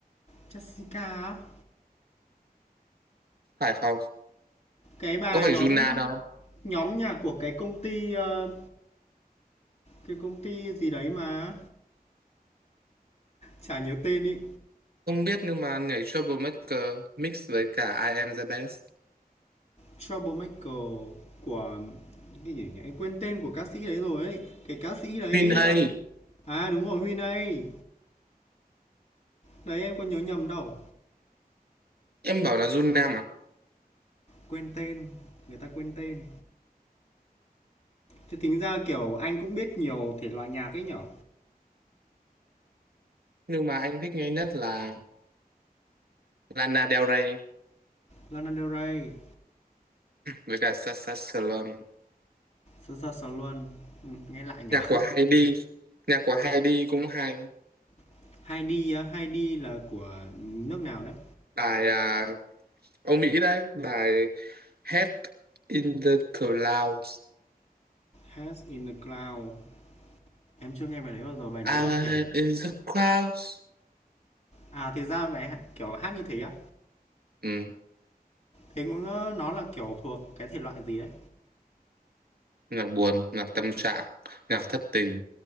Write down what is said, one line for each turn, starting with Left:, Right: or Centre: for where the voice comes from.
Left: Jessica á?
Right: phải không?
Left: Cái bà
Right: Có phải
Left: nhóm
Right: Juna đâu?
Left: nhóm nhạc của cái công ty, ờ, cái công ty gì đấy mà, chả nhớ tên ý
Right: Không biết nhưng mà nhảy Troublemaker mix với cả I Am The Best.
Left: Troublemaker của cái gì nhỉ? Em quên tên của ca sĩ đấy rồi ấy. Cái ca sĩ đấy
Right: Queen A,
Left: là à đúng rồi Huy này. Đấy em có nhớ nhầm đâu.
Right: em bảo là Juna mà.
Left: Quên tên, người ta quên tên. Thế tính ra kiểu anh cũng biết nhiều thể loại nhạc ấy nhở.
Right: Nhưng mà anh thích nghe nhất là Lana Del Rey
Left: Lana Del Rey,
Right: với cả Sasha Sloan.
Left: Saoirse Ronan. Ừ, nghe lại nhở.
Right: Nhạc của Heidi, nhạc của Heidi cũng hay.
Left: <laughs> Heidi á, Heidi là của nước nào đấy?
Right: Bài à, ông Mỹ đấy bài Head in the Clouds
Left: Heads in the Cloud. Em chưa nghe bài đấy bao giờ. Bài đấy
Right: I'm
Left: là kiểu
Right: head in the clouds
Left: à thì ra bài hát- kiểu hát như thế á.
Right: ừ,
Left: Thế cũng ờ, nó là kiểu thuộc cái thể loại gì đấy?
Right: nhạc buồn nhạc tâm trạng nhạc thất tình